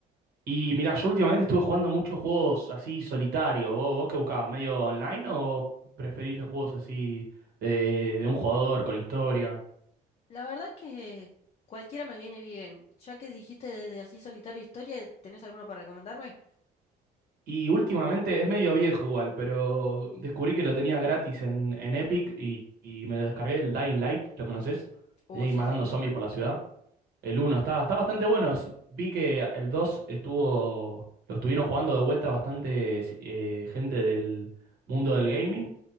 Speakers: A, on the right; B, on the left.
A: Y mirá, yo últimamente estuve jugando muchos juegos así solitario. ¿Vos, vos qué buscabas? ¿Medio online o preferís los juegos así de, de un jugador con historia?
B: La verdad que cualquiera me viene bien. Ya que dijiste de, de así solitario historia, ¿tenés alguno para recomendarme?
A: Y últimamente es medio viejo igual, pero descubrí que lo tenía gratis en, en Epic y, y me lo descargué el Dying Light, ¿lo conocés?
B: Oh,
A: De
B: sí,
A: ir matando
B: sí, está
A: zombies
B: bueno.
A: por la ciudad. El uno está, está bastante bueno. S- Vi que el 2 estuvo, lo estuvieron jugando de vuelta bastante si, eh, gente del mundo del gaming.